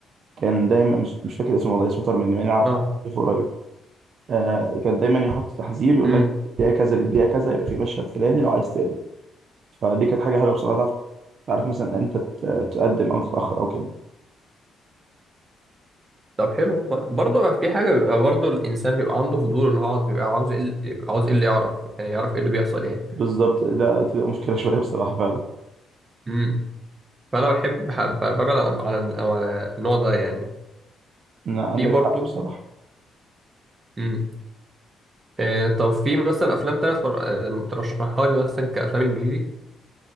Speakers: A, on the right (about 60°); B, on the right (about 30°).
A: كان دايما مش مش فاكر اسمه والله اسمه طار مني مع اني عارفه
B: اه
A: عارفه قريب آه كان دايما يحط تحذير يقول
B: امم
A: لك الدقيقه كذا للدقيقه كذا يبقى في مشهد فلاني لو عايز تقلب فدي كانت حاجه حلوه بصراحه تعرف تعرف مثلا انت ت- تقدم او تتاخر او كده
B: طب حلو والله برضه في حاجه بيبقى برضه الانسان بيبقى عنده فضول اللي هو عاوز بيبقى عاوز ايه اللي- بيبقى عاوز ايه اللي يعرف يعني يعرف ايه اللي بيحصل يعني
A: بالظبط ده تبقى مشكله <laughs> شويه بصراحه فعلا
B: امم فانا بحب بحب- ببعد عن عن عن النوع ده يعني
A: إن عندك
B: في برضه
A: حق بصراحه
B: امم آه طب في مثلا افلام تانية تفر- آه، ترشحها لي مثلا كافلام انجليزي